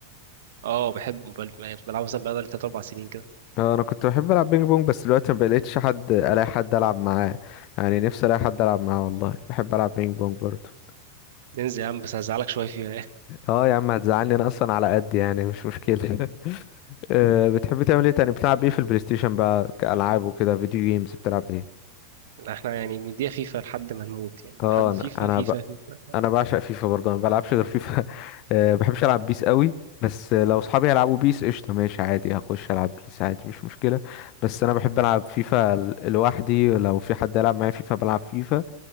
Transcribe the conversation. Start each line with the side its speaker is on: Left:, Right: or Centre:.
Right: آه، بحب موبايل يعني بلعبه مثلا بقالي تلات اربع سنين كده
Left: آه انا كنت بحب العب بينج بونج بس دلوقتي ما بقيتش حد الاقي حد العب معاه يعني نفسي الاقي حد العب معاه والله بحب العب بينج بونج برضه
Right: ننزل يا عم بس هزعلك شويه فيها يعني
Left: اه يا عم هتزعلني انا اصلا على قد يعني مش مشكلة <laughs> آه، بتحب تعمل ايه تاني بتلعب ايه في البلاي ستيشن بقى كألعاب وكده فيديو جيمز بتلعب ايه
Right: <laughs> احنا يعني بنديها فيفا لحد ما نموت يعني
Left: اه
Right: لحد
Left: انا
Right: فيفا
Left: انا
Right: فيفا
Left: ب...
Right: فيفا
Left: انا بعشق فيفا برضه انا ما بلعبش غير فيفا <laughs> آه، بحبش العب بيس قوي بس لو اصحابي يلعبوا بيس قشطة ماشي عادي هخش العب بيس عادي مش مشكلة بس انا بحب العب فيفا ال- لوحدي لو في حد يلعب معايا فيفا بلعب فيفا